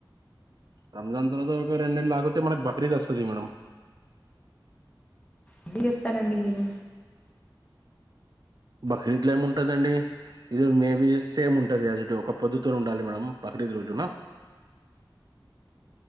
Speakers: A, on the right; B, on the left.
A: రంజాన్ తర్వాత ఒక రెండు నెలలు ఆగుతే మనకు బక్రీద్ వస్తది మేడం.
B: <unintelligible> ఇస్తారండి మీరు
A: బక్రీద్ల ఏం ఉంటదండి ఇది మేబీ సేమ్ ఉంటది అసిటివ్ ఒక పొద్దుతోన్ ఉండాలి మేడం బ క్రీద్ రోజున